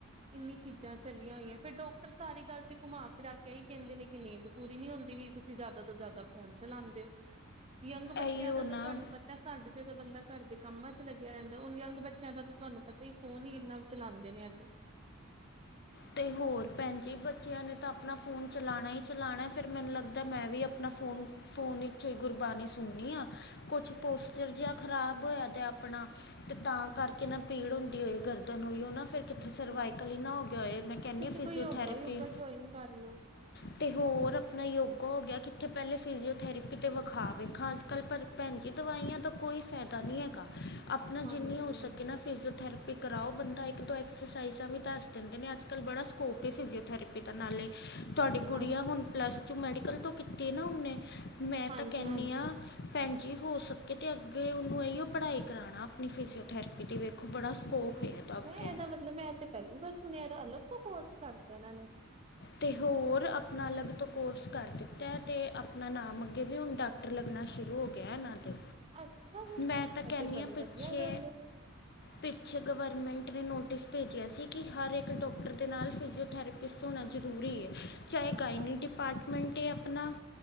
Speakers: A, on the right; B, on the left.
A: ਇੰਨੀ ਚੀਜ਼ਾਂ ਚੱਲੀਆਂ ਹੋਈਆਂ ਫਿਰ ਡਾਕਟਰ ਸਾਰੀ ਗੱਲ ਤੇ ਘੁਮਾ ਫਿਰਾ ਕੇ ਇ ਹੀ ਕਹਿੰਦੇ ਨੇ ਕਿ ਨੀਂਦ ਪੂਰੀ ਨਹੀਂ ਹੁੰਦੀ ਵੀ ਤੁਸੀਂ ਜ਼ਿਆਦਾ ਤੋਂ ਜ਼ਿਆਦਾ ਫੋਨ ਚਲਾਉਂਦੇ ਹੋ। ਯੰਗ ਬੱਚਿਆਂ
B: ਇਹੀ ਉਹ
A: ਦਾ
B: ਨਾ
A: ਤਾਂ ਤੁਹਾਨੂੰ ਪਤਾ ਸਾਡੇ ਜਦੋਂ ਬੰਦਾ ਘਰਦੇ ਕੰਮਾਂ ਚ ਲੱਗਿਆ ਰਹਿੰਦਾ ਉਹ ਯੰਗ ਬੱਚਿਆਂ ਦਾ ਤੇ ਤੁਹਾਨੂੰ ਪਤਾ ਹੀ ਫੋਨ ਹੀ ਇੰਨਾ ਚਲਾਉਂਦੇ ਨੇ ਅਤੇ
B: ਤੇ ਹੋਰ ਭੈਣ ਜੀ ਬੱਚਿਆਂ ਨੇ ਤਾਂ ਆਪਣਾ ਫੋਨ ਚਲਾਉਣਾ ਹੀ ਚਲਾਉਣਾ ਫਿਰ ਮੈਨੂੰ ਲੱਗਦਾ ਮੈਂ ਵੀ ਆਪਣਾ ਫੋਨ ਫੋਨ ਵਿੱਚ ਹੀ ਗੁਰਬਾਣੀ ਸੁਣਨੀ ਹਾਂ ਕੁਛ ਪੋਸਚਰ ਜਿਹਾ ਖ਼ਰਾਬ ਹੋਇਆ ਤੇ ਆਪਣਾ ਤੇ ਤਾਂ ਕਰਕੇ ਨਾ ਪੀੜ ਹੁੰਦੀ ਹੋਈ ਗਰਦਨ ਹੋਈ ਉਹ ਨਾ ਫਿਰ ਕਿੱਥੇ ਸਰਵਾਈਕਲ ਹੀ ਨਾ ਹੋ ਗਿਆ ਹੋਏ ਮੈਂ ਕਹਿੰਦੀ
A: ਤੁਸੀਂ
B: ਹਾਂ ਫਿਜ਼ੀਓਥੈਰੇਪੀ
A: ਕੋਈ ਯੋਗਾ ਯੋਗਾ ਜੁਆਇਨ ਕਰ ਲਓ।
B: ਅਤੇ ਹੋਰ ਆਪਣਾ ਯੋਗਾ ਹੋ ਗਿਆ ਕਿੱਥੇ ਪਹਿਲੇ ਫਿਜੀਓਥੈਰੇਪੀ 'ਤੇ ਵਿਖਾ ਵੇਖਾਂ ਅੱਜ ਕੱਲ੍ਹ ਪਰ ਭੈਣ ਜੀ ਦਵਾਈਆਂ ਦਾ ਕੋਈ ਫਾਇਦਾ ਨਹੀਂ ਹੈਗਾ ਆਪਣਾ
A: ਹਾਂਜੀ
B: ਜਿੰਨੀ ਹੋ ਸਕੇ ਨਾ ਫਿਜ਼ੀਓਥੈਰੇਪੀ ਕਰਾਓ ਬੰਦਾ ਇੱਕ ਦੋ ਐਕਸਰਸਾਈਜ਼ਾਂ ਵੀ ਦੱਸਦਾ ਦਿੰਦੇ ਨੇ ਅੱਜ ਕੱਲ ਬੜਾ ਸਕੋਪ ਹੈ ਫਿਜੀਓਥੈਰੇਪੀ ਦਾ ਨਾਲੇ ਤੁਹਾਡੀ ਗੁੜੀਆ
A: ਅੱਛਾ
B: ਹੁਣ ਪਲੱਸ ਟੂ ਮੈਡੀਕਲ ਤੋਂ ਕੀਤੇ ਨਾ ਉਹਨੇ ਮੈਂ
A: ਹਾਂਜੀ
B: ਤਾਂ ਕਹਿੰਦੀ
A: ਹਾਂਜੀ
B: ਹਾਂ ਭੈਣ ਜੀ ਹੋ ਸਕੇ ਤੇ ਅੱਗੇ ਉਹਨੂੰ ਇਹੀਓ ਪੜ੍ਹਾਈ ਕਰਾਉਣਾ ਆਪਣੀ ਫਿਜੀਓਥੈਰੇਪੀ ਦੀ ਵੇਖੋ ਬੜਾ ਸਕੋਪ
A: ਅੱਛਾ
B: ਹੈ ਅੱਗੇ
A: ਇਹਦਾ ਮਤਲਬ ਮੈਂ ਤੇ ਪਹਿਲੀ ਵਾਰ ਸੁਣਿਆ ਦਾ ਅਲੱਗ ਤੋਂ ਕੋਰਸ ਕਰਤਾ ਇਹਨਾਂ ਨੇ
B: ਤੇ ਹੋਰ ਆਪਣਾ ਅਲੱਗ ਤੋਂ ਕੋਰਸ ਕਰ ਦਿੱਤਾ ਤੇ ਆਪਣਾ ਨਾਮ ਅੱਗੇ ਵੀ ਹੁਣ ਡਾਕਟਰ ਲੱਗਣਾ ਸ਼ੁਰੂ ਹੋ ਗਿਆ ਇਹਨਾਂ ਦੇ
A: ਅੱਛਾ ਜੀ
B: ਮੈਂ ਤਾਂ
A: ਇਹ
B: ਕਹਿਣੀ
A: ਤੇ ਬੜੀ
B: ਹਾਂ ਪਿੱਛੇ
A: ਵਧੀਆ ਗੱਲ ਹੈ
B: ਪਿੱਛੇ ਗਵਰਮੈਂਟ ਨੇ ਨੋਟਿਸ ਭੇਜਿਆ ਸੀ ਕਿ ਹਰ ਇੱਕ ਡਾਕਟਰ ਦੇ ਨਾਲ ਫਿਜ਼ੀਓਥੈਰੇਪਿਸਟ ਹੋਣਾ ਜ਼ਰੂਰੀ ਹੈ। ਚਾਹੇ ਗਾਇਨੀਿੰਗ
A: ਅੱਛਾ
B: ਡਿਪਾਰਟਮੈਂਟ ਆਪਣਾ